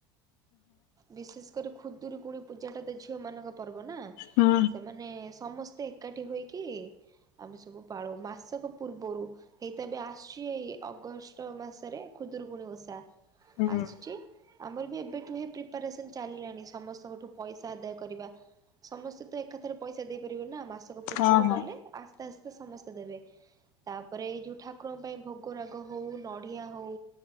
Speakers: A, on the right (about 30°); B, on the left (about 65°).
A: ବିଶେଷ କରି ଖୁଦୁରୁକୁଣି ପୂଜାଟା ତ ଝିଅ ମାନଙ୍କ ପର୍ବ ନା,
B: ହୁଁ
A: ସେମାନେ ସମସ୍ତେ ଏକାଠି ହୋଇକି ଆମେ ସବୁ ପାଳୁ, ମାସକ ପୂର୍ବରୁ ଏଇ ତ ଏବେ ଆସୁଛି ଏଇ ଅଗଷ୍ଟ ମାସରେ ଖୁଦୁରୁକୁୁଣୀ ଓଷା।
B: ହୁଁ ହୁଁ।
A: ଆସୁଛି,
B: ହୁଁ।
A: ଆମର ବି ଏବେଠୁ ପ୍ରିପାରେସନ ଚାଲିଲାଣି ସମସ୍ତଙ୍କଠୁ ପଇସା ଆଦାୟ କରିବା। ସମସ୍ତେ ତ ଏକାଥରେ ପଇସା ଦେଇପାରିବେନି ନା ମାସକ ପୂର୍ବରୁ
B: ହଁ ହଁ
A: କହିଲେ ଆସ୍ତେ ଆସ୍ତେ ସମସ୍ତେ ଦେବେ। ତାପରେ ଏଇ ଯଉ ଠାକୁରଙ୍କ ପାଇଁ ଭୋଗରାଗ ହଉ ନଡ଼ିଆ ହଉ